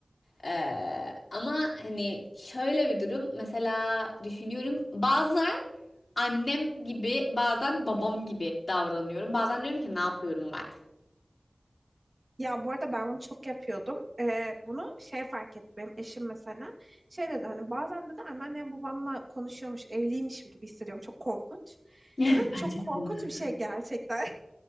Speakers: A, on the left (about 85°); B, on the right (about 50°).
A: Ee, ama hani şöyle bir durum mesela düşünüyorum bazen annem gibi bazen babam gibi davranıyorum. Bazen diyorum ki ne yapıyorum ben?
B: Ya bu arada ben bunu çok yapıyordum. Ee, bunu şey fark ettim. Benim eşim mesela şey dedi hani bazen dedi anneannem babamla konuşuyormuş, evliymişim gibi hissediyorum. Çok korkunç.
A: <laughs>
B: Dedim
A: Bence
B: çok korkunç
A: de bu. arada.
B: bir şey gerçekten.